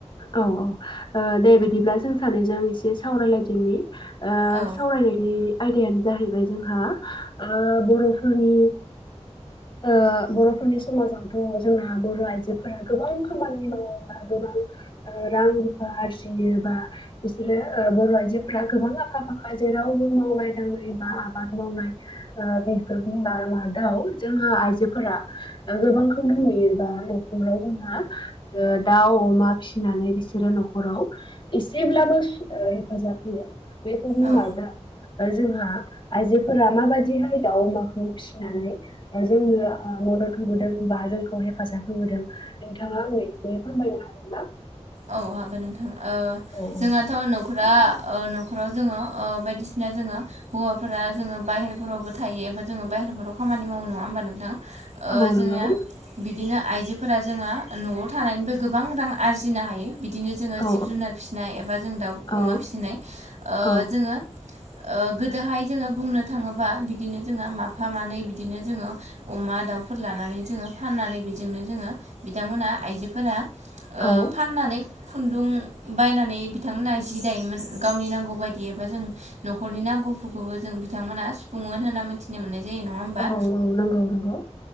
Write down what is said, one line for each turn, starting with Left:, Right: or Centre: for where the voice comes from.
Left: औ औ दे बिदिब्ला जों सानैजों एसे सावरायलायदोंनि ओ
Right: औ
Left: सावरायनायनि आयदायानो जाहैबाय जोंहा ओ बर'फोरनि ओ बर'फोरनि समाजावथ' जोंना बर' आइजोफोरा गोबां खामानि मावोबा गोबां रां रुफा आरजियो बा बिसोरो बर' आइजोफोरा गोबां आखा फाखा जों जेरावबो मावनाय दांनाय बा आबाद मावनाय बेफोरनिार माव जों आइजोफोरा गोबांखौनो नुयोबा न'खराव जोंहा दाउ अमा फिसिनानै बिसोरो न'खराव एसेब्लाबो हेफाजाब होयो।
Right: औ
Left: <inaudible> जोंहा आइजोफोरा माबाददिहाय दाउ अमाखौ फिसिनानै जोङो मदद होबोदों बा जोंखौ हेफाजाब होबोदों नोंथाङा आंनो एसे फोरमायनो हागोन ना
Right: औ हागोन नोंथां ओ
Left: औ
Right: जोंहाथ' न'खर
Left: <inaudible>
Right: नखराव जोङो ओ बायदिसिना जोङो हौवाफोरा जोङो बाहेरफोरावबो थायो एबा जोङो बाहेर बेल' खाम माव नङा होमबा नोंथां
Left: नंगौ
Right: ओ जोंनिया बिदिनो आइजोफोरा जोंहा न'आव थानायानानैबो गोबां रां आरजिनो फिनो हायो। बिदिनो जोङो
Left: औ
Right: जिब जुनार फिसिनाय एबा जों दाउ
Left: औ
Right: अमा फिसिनाय ओ
Left: औ
Right: जोङो ओ गोदोहाय जोङो बुंनो थाङोबा बिदिनो जोंहा माफा मानै बिदिनो जोङो अमा दाउ दाउ फोर लानानै जोङो फाननानै बेजोंनो जोङो बिथांमोनहा आइजोफोरा ओ
Left: औ
Right: फाननानै खुन्दुं बायनानै बिथांमोनहा जि दायोमोन गावनि नांगौ बायदि एबा जों न'खरनि नांगौ। गुफुरखौबो जों बिथांमोना सुफुंमोन होन्ना मिथिनो मोननाय जायो नङा हबा?
Left: औ नंगौ नंगौ